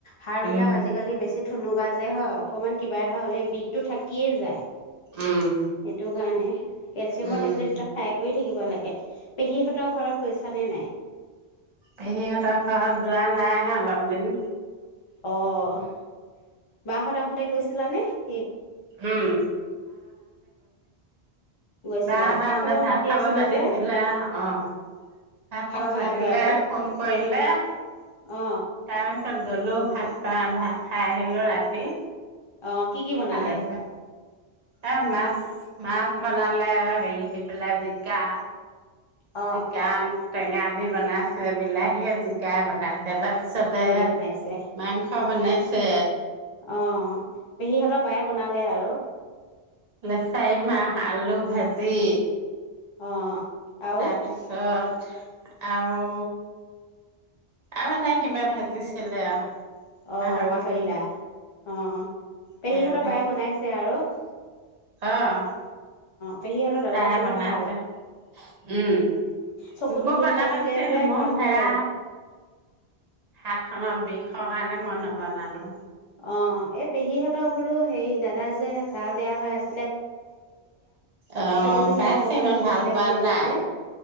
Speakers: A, on the left (about 35°); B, on the right (about 45°).
A: সাৰ
B: উম
A: বিলাক আজিকালি বেছি। থুনুুকা যে হয়, অকণমান কিবা এটা হ'লে বিষটো থাকিয়েই যায়।
B: উম
A: সেইটো কাৰণে- কেলচিয়ামৰ
B: উম।
A: টেলেটবাক খাই কৰি থাকিব লাগে, পেহীহঁতৰ ঘৰত গৈছে ছনে নাই?
B: পেহী হতৰ ঘৰত যোৱা ন সেই অলপ দিন।
A: অ' বা হ'ত আহোতে গৈছিলানে কি?
B: উম
A: গৈছিলা
B: বা হ'ত আহোতে ভাত
A: মাতি
B: খাব
A: আছিলে
B: মাতিছিলে।
A: যে
B: অ' ভাত খাব
A: খালাগৈ
B: মাতিলে
A: আৰু
B: ফোন কৰিলে তাৰপিছত
A: অ
B: তাৰ পিছত গলো ভাত পা ভাত খাই আহিলো ৰাতি।
A: অ কি কি বনালে
B: অহ এফালে আহ এ মাছ মাছ বনালে হেৰি দি পেলাই জিকা
A: অ
B: যি কান <unintelligible> টেঙা দি বনাইছে বিলাহী জিকাই বনাইছে, তাৰপিছতে
A: তেনেকে বনাইছে
B: মাংস বনাইছে চে
A: অ' পেহীহঁতৰ বায়ে বনালে আৰু।
B: লেচাই মাহ, আলু ভাজি
A: অ' আৰু
B: তাৰপিছত আৰু আৰু এটা কিবা ভাজিছিলে
A: অ'
B: পাহৰিলো
A: পাহৰিলা, অ' পেহীহঁতৰ
B: সেয়া ভাজি
A: বায়ে বনাইছে আৰু ‍।
B: অ'
A: পেহীহঁতৰ দাদাজনৰ
B: তাই বনাইছে,
A: ভাল
B: উম
A: চকুতো
B: মোকো
A: দুখ
B: বনাব
A: পাইছিলে
B: দিছিল
A: যে
B: মোৰ
A: ভাল
B: ভেয়া
A: পালে
B: হাত খনৰ বিষৰ কাৰণে মই নবনালো।
A: অ' এই পেহীহঁতৰ বোলো হেৰি দাদা যে গা বেয়া হৈ আছে
B: অ'
A: চকুতো কিবা
B: পাইছে
A: প্ৰব্লেম
B: ইমান
A: হৈছিলে
B: ভাল পোৱা
A: বুলি কৈছিলে
B: নাই,